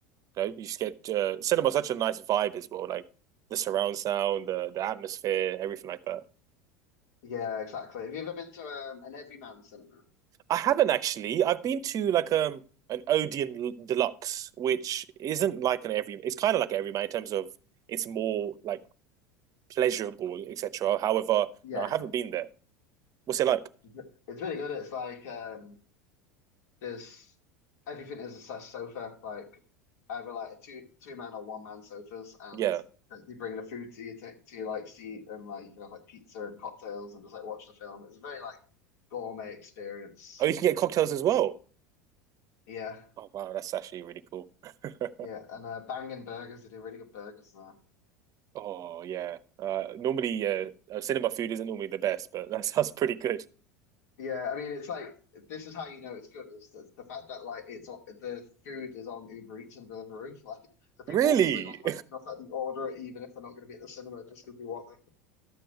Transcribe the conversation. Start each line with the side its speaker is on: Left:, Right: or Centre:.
Right: You, know, you just get uh, cinema such a nice vibe as well, like the surround sound, the the atmosphere, everything like that.
Left: Yeah, exactly. Have you ever been to um, an Everyman cinema?
Right: I haven't actually. I've been to like um an Odeon Deluxe, which isn't like an every. It's kind of like an everyman in terms of it's more like pleasurable, etc. However,
Left: Yeah,
Right: no, I haven't been there. What's it like?
Left: yeah. It's really good. It's like um, there's everything is a size sofa. Like either like two two man or one man sofas, and
Right: Yeah.
Left: they bring the food to you to, to your like seat, and like you can have like pizza and cocktails and just like watch the film. It's a very like gourmet experience.
Right: Oh, you can get cocktails as well.
Left: Yeah,
Right: Oh wow, that's actually really cool. <laughs>
Left: yeah, and uh, bangin' burgers. They do really good burgers there.
Right: oh yeah. Uh, normally, uh, uh, cinema food isn't normally the best, but that <laughs> sounds pretty good.
Left: Yeah, I mean, it's like this is how you know it's good is the, the fact that like it's on, the food is on Uber Eats and Deliveroo. <laughs> Like the people
Right: Really?
Left: obviously like like it enough that they order it even if they're not going to be at the cinema just because they want it.